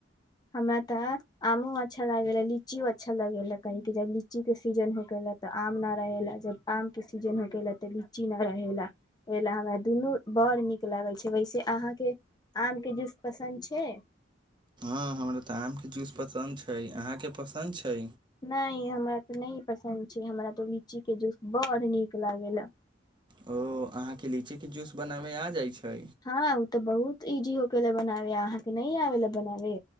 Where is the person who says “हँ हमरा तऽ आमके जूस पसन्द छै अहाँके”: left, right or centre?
Right